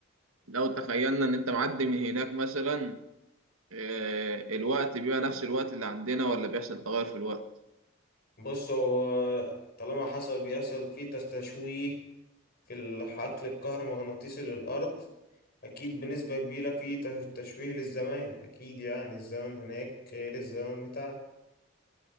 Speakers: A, on the right (about 90°); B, on the left (about 50°).
A: لو تخيلنا ان انت معدي من هناك مثلا آه، الوقت بيبقى نفس الوقت اللي عندنا ولا بيحصل تغير في الوقت
B: بص هو طالما حصل بيحصل فيه تشويه في الحقل الكهرومغناطيسي للأرض أكيد بنسبة كبيرة فيه تش- تشويه للزمان أكيد يعني الزمن هناك غير الزمن بتاعنا